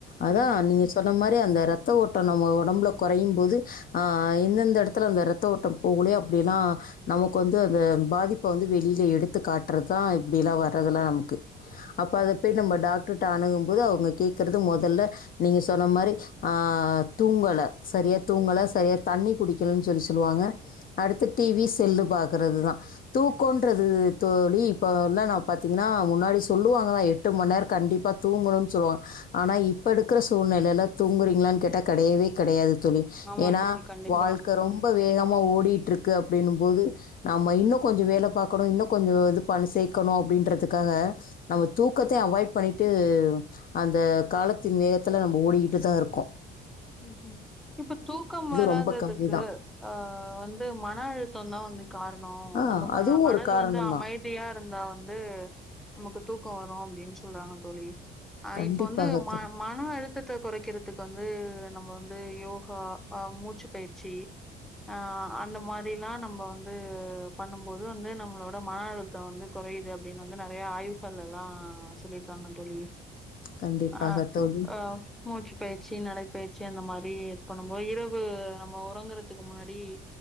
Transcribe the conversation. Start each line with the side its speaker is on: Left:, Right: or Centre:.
Left: அதா
Centre: ம்
Left: நீங்க சொன்ன மாரி அந்த ரத்த ஓட்டோ நம்ம ஒடம்புல கொறையும்போது ஆ எந்தெந்த எடத்துல அந்த ரத்த ஓட்டம் போகலயோ அப்டில்லா நமக்கு வந்து அந்த பாதிப்ப வந்து வெளில எடுத்து காட்டறதா இப்டியெல்லா வ அதெல்லா நமக்கு அப்ப அத போய் நம்ம டா க்டர்ட்ட அணுகும்போது அவுங்க கேக்கிறது மொதல்ல நீங்க சொன்ன மாரி தூங்கல ச சரியா தூங்கல சரியா தண்ணி குடிக்கலன்னு சொல்லி சொல்லுவாங்க அடுத்து டி வி செல்லு பாக்கறதுதா தூக்கோன்றது தோழி இப்ப எல்லா நா பாத்தீங்கன்னா முன்னாடி சொல்லுவாங்க நா எட்டு மண் நேரோ கண்டிப்பா தூங்கணுனு சொல்லுவாங்க ஆனா இ இப்ப எடுக்கிற சூழ்நிலைலா தூங்குறீங்களான்னு கேட்டா கெடையவே கெடையாது தோழி
Centre: ஆமா
Left: ஏனா
Centre: தோழி கண்டிப்பா
Left: வாழ்க்கை ரொம்ப வேகமா ஓடிட்டு இரு க்கு அப்டின்னும்போது நம்ம இன்னோ கொஞ்சோ வேல பாக்கணோ இன்னோ கொஞ்சோ இது ப சேக் க்கணோ அப்டின்றதுக்காக நம்ம தூக்கத்தை அவாய்ட் பண்ணி ட்டு அந்த காலத்தின் வேகத்துல நம்ம ஓடிகிட்டுதா இருக்கோ
Centre: ம் ம் இப்ப தூக்கம் வராததுக்கு
Left: ரொம்ப கம்மி தான்
Centre: ஆ வந்து மன அழுத்தோந்தா வந்து காரணோ
Left: ஆ
Centre: நம்ம
Left: அதுவும்
Centre: மனல்
Left: ஒரு காரணம்
Centre: வந்து அமைதியா
Left: தான்
Centre: இருந்தா வந்து நமக்கு தூக்கோ வரு அப்டின்னு சொல்றாங்க தோழி அ
Left: கண்டிப்பாக
Centre: இப்ப வந்து ம
Left: தோழி.
Centre: மன அழுத்தத்த கொறைக்கிறதுக்கு வந்து நம்ம வந்து யோகா ஆ மூச்சு பயிற்சி ஆ அந்த மாரியெல்லா நம்ம வந்து பண்ணும்போது வந்து நம்மளோட மன அழுத்தோ வந்து கொ றையுது அப்டின்னு வந்து நெறய ஆய்வுகள் எல்லா சொல்லிருக்காங்க தோழி
Left: கண்டிப்பாக
Centre: ஆ
Left: தோழி.
Centre: ஆ மூச்சு பயிற்சி நடைப்பயி மாரி இது பண்ணும்போ இரவு நம்ம உறங்கறதுக்கு முன்னாடி